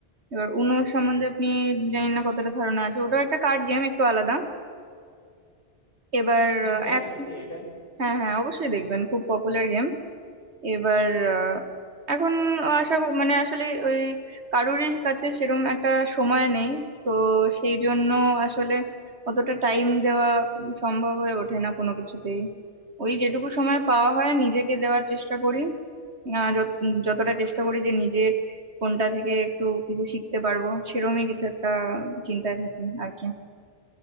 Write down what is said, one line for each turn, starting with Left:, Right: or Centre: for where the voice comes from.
Right: এবার উনো সম্বন্ধে আপনি জানি না কতটা ধারণা আছে ওটাও একটা কার্ড গেম একটু আলাদা এবার
Left: না
Right: আহ,
Left: দেখেছি
Right: এক
Left: এটা
Right: হ্যাঁ হ্যাঁ অবশ্যই দেখবেন খুব পপুলার গেম এবার আহ, এখন আশা ক- মানে আসলে ওই কারোরই কাছে সেরম একটা সময় নেই তো সেই জন্য আসলে অতটা টাইম দেওয়া সম্ভব হয়ে ওঠে না কোনো কিছুতেই ওই যেটুকু সময় পাওয়া হয় নিজেকে দেওয়ার চেষ্টা করি আহ, যত- যতটা চেষ্টা করি যে নিজে কোনটা থেকে একটু কিছু শিখতে পারবো সেরমই কিছু একটা চিন্তায় থাকি আর কি